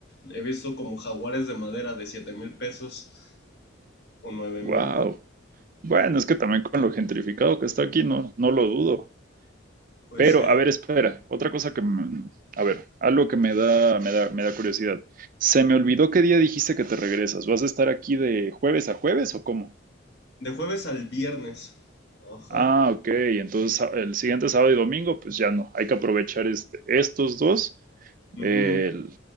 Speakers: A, on the left; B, on the right.
A: He visto como jaguares de madera de siete mil pesos o nueve
B: Wow.
A: mil.
B: Bueno, es que también con lo gentrificado que está aquí, no, no lo dudo.
A: Pues
B: Pero,
A: eh,
B: a ver, espera, otra cosa que, me- a ver, algo que me da, me da, me da curiosidad. Se me olvidó qué día dijiste que te regresas. ¿Vas a estar aquí de jueves a jueves o cómo?
A: de jueves al viernes. Ajá.
B: Ah, ok. Entonces sa- el siguiente sábado y domingo, pues ya no. Hay que aprovechar este, estos dos
A: Ujú.
B: el-